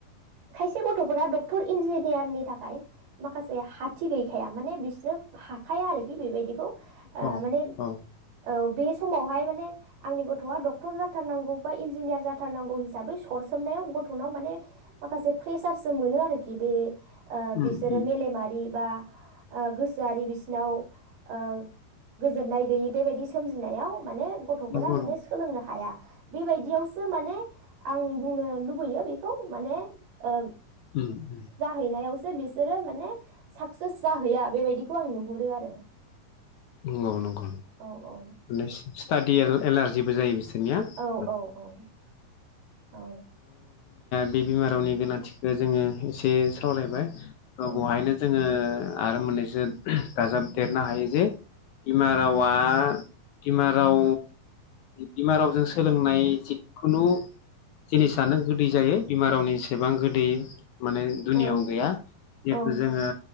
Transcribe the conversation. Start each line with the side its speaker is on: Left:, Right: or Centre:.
Right: खायसे गथ'फोरा। टर इन्जिनियारनि थाखाय माखासे हाथि गैखाया माने बिसोरो हाखाया आरोखि बेबायदिखौ। ओ माने
Left: औ औ
Right: औ। बे समावहाय माने आंनि गथ'आ डक्टर जाथारनांगौ बा इन्जिनियार जाथारनांगौ हिसाबै सरसोमनायाव गथ'नाव माने माखासे प्रेसारसो मोनो आरो। <unintelligible> ओ
Left: उम
Right: बिसोरो
Left: उम
Right: मेलेमारि बा। ओ गोसोआरि बिसिनाव ओ गोजोननाय गैयि बेबायदि सोमजिनायाव माने। गथ'फोरा
Left: नंगौ
Right: माने
Left: नंगौ
Right: सोलोंनो हाया। बेबायदियावसो माने आं बुंनो लुबैयो बेखौ माने ओ
Left: उम उम।
Right: हैैनायावसो बिसोरो माने साक्सेस जाहैया बेबायदिखौ आं नुहुरो आरो।
Left: गावनो गावनो।
Right: औ औ
Left: <unintelligible> स्टादि एला-एलारजिबो जायो बिसोर। <unintelligible>
Right: औ औ औ
Left: बे बिमा रावनि गोनांथिखौ जोङो एसे सावरायबाय। बेवहायनो
Right: औ
Left: जोङो। आरो मोनैसो। दाजाब देरनो हायो जे बिमा रावा। बिमा राव बिमा रावजों सोलोंनाय जिखुनु। जिनिसानो गोदै जायो बिमा रावनि एसेबां गोदै माने दुनिआव
Right: औ
Left: गैया जिहेथु
Right: औ
Left: जोङो।